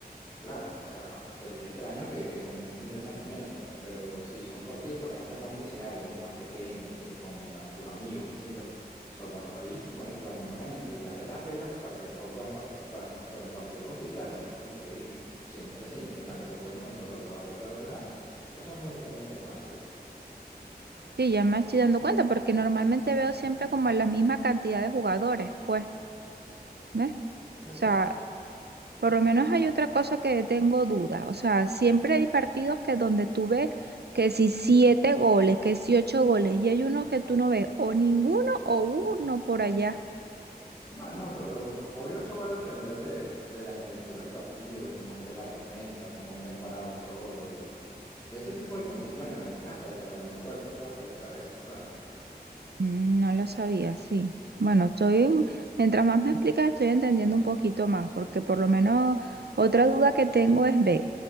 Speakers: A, on the left; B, on the right.
A: Claro, o sea, sería extraño que, que comiencen de esa manera, pues, pero si son partidos, por ejemplo, no oficiales, más pequeños, que si con a- tus amigos, qué sé yo, solo ahí sí pueden jugar menos gente y hacer las reglas para que todos puedan participar, pues, pero en partidos oficiales es como te digo, siempre se intenta que se jueguen con todos los jugadores, la verdad, eso es muy extraño que pase, ¿viste?
B: Sí, ya me estoy dando cuenta porque normalmente veo siempre como la misma cantidad de jugadores, pues. ¿Ves? O
A: Exacto.
B: sea, por lo menos hay otra cosa que tengo dudas. O sea, siempre hay partidos que donde tú ves que si siete goles, que si ocho goles, y hay unos que tú no ves o ninguno o uno por allá.
A: Bueno, pero obvio eso va a depender de, de la intensidad del partido, de cómo esté la defensa, cómo estén parados todos y de ese tipo de condiciones, a veces hasta el terreno de juego, eso afecta a veces, ¿sabes?
B: Mm, no lo sabía, sí. Bueno, estoy, en- mientras más me explicas, estoy entendiendo un poquito más, porque por lo menos otra duda que tengo es, ve.